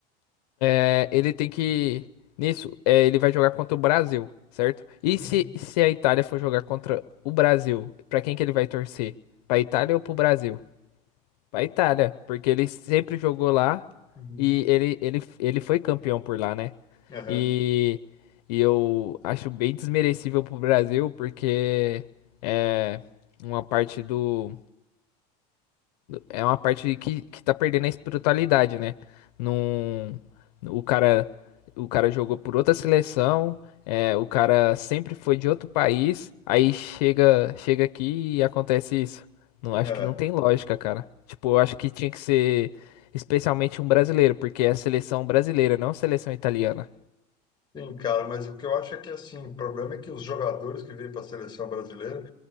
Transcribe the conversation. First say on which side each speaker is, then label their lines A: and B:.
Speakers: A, on the left; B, on the left.
A: É, Ele tem que. Nisso, é, ele vai jogar contra o Brasil, certo? E
B: Uhum.
A: se, se a Itália for jogar contra o Brasil, pra quem que ele vai torcer? Pra Itália ou pro Brasil? Pra Itália, porque ele sempre jogou lá
B: Uhum.
A: e ele, ele, ele foi campeão por lá, né?
B: Aham.
A: E, e eu acho bem desmerecível pro Brasil, porque é uma parte do. É uma parte que, que tá perdendo a espiritualidade, né? Num, o cara, o cara jogou por outra seleção, é, o cara sempre foi de outro país, aí chega, chega aqui e acontece isso. Não, acho
B: É.
A: que não tem lógica, cara. Tipo, eu acho que tinha que ser especialmente um brasileiro, porque é a seleção brasileira, não a seleção italiana.
B: Sim, cara, mas o que eu acho é que, assim, o problema é que os jogadores que vêm para a seleção brasileira